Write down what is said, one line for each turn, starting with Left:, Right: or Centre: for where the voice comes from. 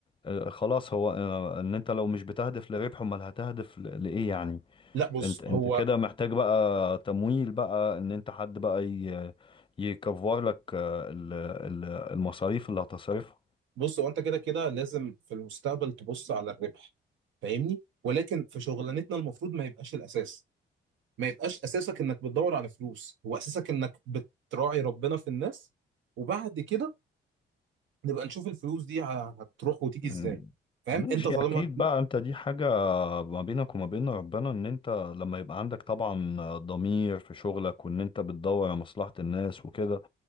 Left: آه، خلاص هو آه، ان انت لو مش بتهدف لربح امال هتهدف ل- لايه يعني
Right: لا بص
Left: انت انت
Right: هو
Left: كده محتاج بقى تمويل بقى ان انت حد بقى ي- يكفر لك آه، ال- ال- المصاريف اللي هتصرفها
Right: بص هو انت كده كده لازم في المستقبل تبص على الربح فاهمني ولكن في شغلانتنا المفروض ما يبقاش الاساس ما يبقاش اساسك انك بتدور على فلوس هو اساسك انك بتراعي ربنا في الناس وبعد كده نبقى نشوف الفلوس دي ه- هتروح وتيجي
Left: مم.
Right: ازاي فاهم
Left: ماشي
Right: انت طالما
Left: اكيد بقى انت دي حاجة ما بينك وما بين ربنا ان انت لما يبقى عندك طبعا ضمير في شغلك وان انت بتدور على مصلحة الناس وكده